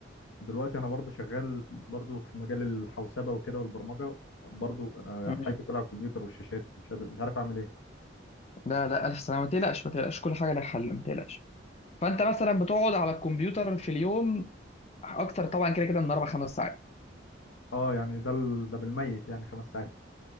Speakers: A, on the left; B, on the left.
A: دلوقتي انا برضو شغال برضو في مجال الحوسبه وكده والبرمجه برضو انا
B: مم.
A: حياتي كلها على الكمبيوتر والشاشات مش قادر مش عارف اعمل ايه
B: لا لا الف سلامه ما تقلقش ما تقلقش كل حاجه لها حل ما تقلقش فانت مثلا بتقعد على الكمبيوتر في اليوم اكتر طبعا كده كده من اربع خمس ساعات
A: اه يعني ده ال- ده بالميت يعني خمس ساعات